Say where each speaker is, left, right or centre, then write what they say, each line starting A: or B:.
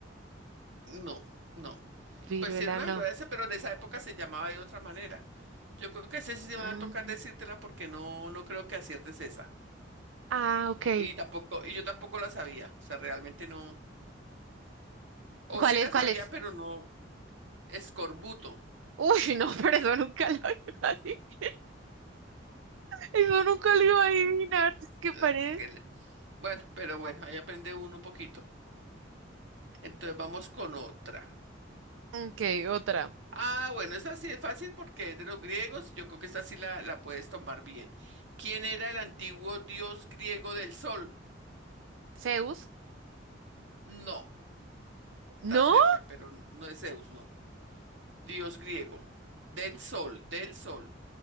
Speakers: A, on the right; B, on the right.
A: no, no.
B: viruela
A: Pues sí, era una
B: no.
A: gloria, pero en esa época se llamaba de otra manera. Yo creo que ese sí se
B: Mm,
A: me va a tocar decírtela porque no, no creo que aciertes esa.
B: Ah, ok.
A: Y tampoco, y yo tampoco la sabía. O sea, realmente no. O
B: ¿Cuál
A: sí la
B: es? ¿Cuál
A: sabía,
B: es?
A: pero no. Escorbuto.
B: Uy, no, <laughs> pero eso nunca lo iba a adivinar. Eso nunca lo iba a adivinar, es que
A: Eh,
B: parece.
A: que le- Bueno, pero bueno, ahí aprende uno un poquito. Entonces vamos con otra.
B: Ok, otra.
A: Ah, bueno, esta sí es fácil porque es de los griegos y yo creo que esta sí la, la puedes tomar bien. ¿Quién era el antiguo dios griego del sol?
B: Zeus.
A: No, está
B: No,
A: cerca, pero n- no es Zeus, no. Dios griego. Del sol, del sol.